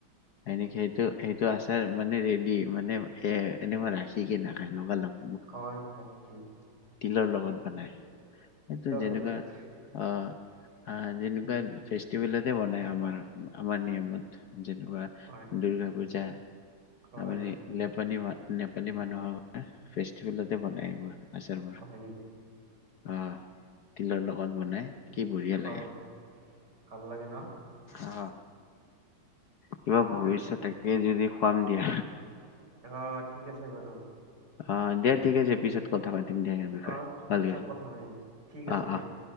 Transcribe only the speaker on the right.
খাই হয়ালকে <inaudible>
লগত
হয়
হয়
হয় নেকি
হয়
হয় ভাল লাগে ন
বাকী
অ ঠিক আছে বাৰু
অ
পিছত কথা পাতিম ঠিক আছে
দিয়া